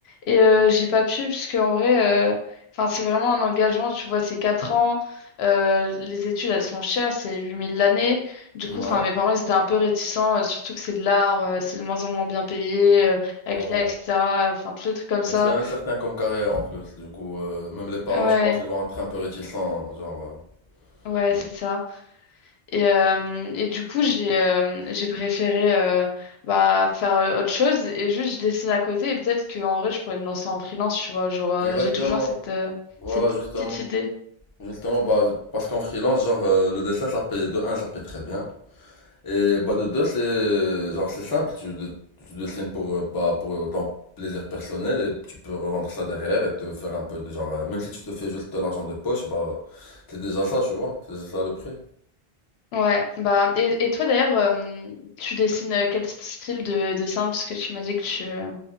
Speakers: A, on the left (about 80°); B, on the left (about 25°).
A: Et euh, j'ai pas pu, parce que en vrai, euh, enfin, c'est vraiment un engagement, tu vois, c'est 4 ans. Euh, les études, elles sont chères, c'est 8000 l'année. Du
B: Ouais.
A: coup, enfin, mes parents, ils étaient un peu réticents, euh, surtout que c'est de l'art, euh, c'est de moins en moins bien payé, euh, avec
B: Ouais.
A: l'IA, etc. Enfin, tous les trucs comme ça.
B: C'est incertain comme carrière en plus. Du coup, euh, même les parents,
A: Ouais,
B: je pense, ils vont être un peu réticents, genre. euh,
A: ouais,
B: donc.
A: c'est ça. Et, euh, et du coup, j'ai euh, j'ai préféré euh, bah, faire euh, autre chose et juste je dessine à côté et peut-être qu'en vrai, je pourrais me lancer en freelance, tu vois. Genre, euh,
B: Exactement.
A: j'ai toujours cette, euh,
B: Voilà,
A: cette
B: justement.
A: petite idée.
B: Justement, bah, parce qu'en freelance, genre, euh, le dessin, ça paye, de un, ça paye très bien. Et bah de deux c'est genre c'est simple, tu, de- tu dessines pour euh, pas pour ton plaisir personnel et tu peux revendre ça derrière et te faire un peu de genre euh, même si tu te fais juste de l'argent de poche, bah c'est déjà ça, tu vois, c'est déjà ça le prix.
A: Ouais, bah, et, et toi d'ailleurs, euh, tu dessines euh, quel style de dessin? Parce que tu m'as dit que tu. euh,